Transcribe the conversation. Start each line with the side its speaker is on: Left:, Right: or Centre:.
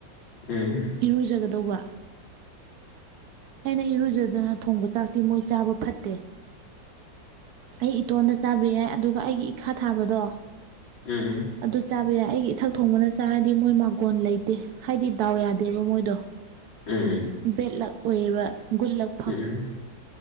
Left: ꯎꯝ ꯎꯝ
Right: ꯏꯔꯨꯖꯒꯗꯧꯕ ꯑꯩꯅ ꯏꯔꯨꯖꯗꯅ ꯊꯣꯡꯕ ꯆꯥꯛꯇꯤ ꯃꯣꯏ ꯆꯥꯕ ꯐꯠꯇꯦ ꯑꯩ ꯏꯇꯣꯟꯗ ꯆꯥꯕ ꯌꯥꯏ ꯑꯗꯨꯒ ꯑꯩꯒꯤ ꯏꯈꯥ ꯊꯥꯕꯗꯣ
Left: ꯎꯝ
Right: ꯑꯗꯨ ꯆꯥꯕ ꯌꯥꯏ ꯑꯩꯒꯤ ꯏꯊꯛ ꯊꯣꯡꯕꯅ ꯆꯥꯔꯗꯤ ꯃꯣꯏ ꯃꯥꯡꯒꯣꯟ ꯂꯩꯇꯦ ꯍꯥꯏꯗꯤ ꯗꯥꯎ ꯌꯥꯗꯦꯕ ꯃꯣꯏꯗꯣ
Left: ꯎꯝ
Right: ꯕꯦꯠꯂꯛ ꯑꯣꯏꯌꯦꯕ ꯒꯨꯠꯂꯛ
Left: ꯎꯝ